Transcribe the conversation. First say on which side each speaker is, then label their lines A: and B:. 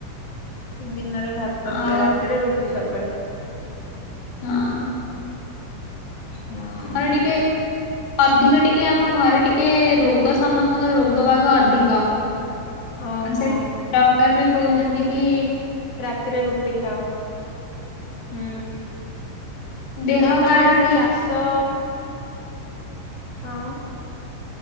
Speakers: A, on the left; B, on the left.
A: ଦିନରେ ଭାତ ହୁଏ
B: ଆଉ
A: ରାତିରେ ରୁଟି ସବୁବେଳେ
B: ହଁ
A: ହଁ। ହଁ।
B: ଆମର ଟିକେ ଅଧିକ ଟିକେ ଆମ ଘରେ ଟିକେ ରୋଗ ସମସ୍ତଙ୍କ ରୋଗ ବା ଅଧିକ
A: ଓହୋ
B: ସେ ଡକ୍ଟର ବି କହୁଛନ୍ତି କି?
A: ରାତିରେ ରୁଟି ଖାଅ, ହୁଁ।
B: ଦେହ
A: ତାହେଲେ ତମର
B: କାହାର
A: ଯଦି
B: ଠିକ
A: ଚାଷ ହଁ।